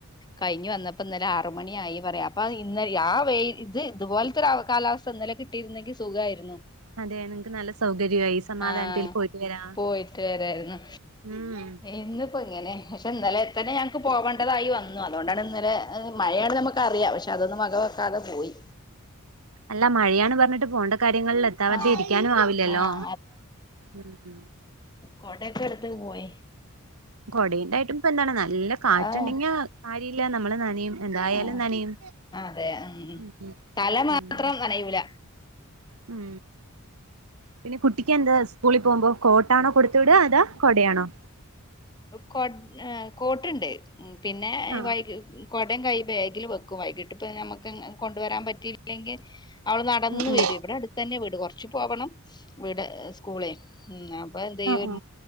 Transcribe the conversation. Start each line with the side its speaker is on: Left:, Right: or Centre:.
Left: കഴിഞ്ഞു വന്നപ്പം ഇന്നലെ ആറ് മണി ആയി പറയാ. അപ്പ ഇന്ന് ആ വെയി ഇത് ഇതുപോലത്തൊരു കാലാവസ് ഥ ന്നലെ കിട്ടിയിരുന്നെങ്കി സുഖായിരുന്നു.
Right: അതെ നിങ്ങക്ക് നല്ല സൗകര്യമായി സമാധാനത്തിൽ
Left: ആഹ്
Right: പോയിട്ട് വരാം
Left: പോയിട്ട് വരായിരുന്നു.
Right: ഉം
Left: ഇന്ന് പ്പ ഇങ്ങനെ. ക്ഷെ ഇന്നലെത്തന്നെ ഞങ്ങക്ക് പോവണ്ടതായി വ ഉം അതോണ്ടാണ് ഇന്നലെ മഴയാണ്ന്ന് നമ്മക്കറിയാ പക്ഷെ അതൊന്നും വക വെക്കാതെ പോയി
Right: അല്ല മയാണ് പറഞ്ഞ്ട്ട് പോണ്ട കാര്യങ്ങള്ല് എത്താവത്ത്
Left: ആഹ്
Right: ഇരിക്യാനും ആവില്ലല്ലോ
Left: ആഹ്
Right: ഉം
Left: കൊടയൊക്കെട്ത്ത് പോയി
Right: കൊടേൻണ്ടായിട്ടുംപ്പന്താണ് ല്ല കാറ്റ്ണ്ടെങ്കി
Left: ആഹ്
Right: കാര്യല്ല നമ്മള് നനയും എന്തായാലും
Left: ആഹ്
Right: നനയും
Left: <unintelligible>
Right: ഉം ഉം
Left: തല മാത്രം
Right: ഉം.
Left: കയ്യൂല
Right: ഉം പിന്നെ കുട്ടിക്കെന്താ സ്കൂളി പോവുമ്പോ കോട്ടാണോ കൊട്‌ത്ത്‌വിട അതാ കൊടയാണോ
Left: കൊട് കോട്ട്ണ്ട് പിന്നെ
Right: ആഹ്
Left: വൈക് കൊടിം കൈ ബാഗില് വെക്കും വൈകിട്ട് പ്പ നമ്മക്ക് കൊണ്ടുവരാൻ പറ്റില്ലെങ്കി അവള് നടന്ന്‌
Right: ഉം ഉം
Left: വെരും ഇവടെ അട്ത്തെന്നെ വീട് കൊർച്ച് പോവണം വീട് സ്കൂളെ ഉം അപ്പൊ എന്തെയ്യും
Right: ആഹ്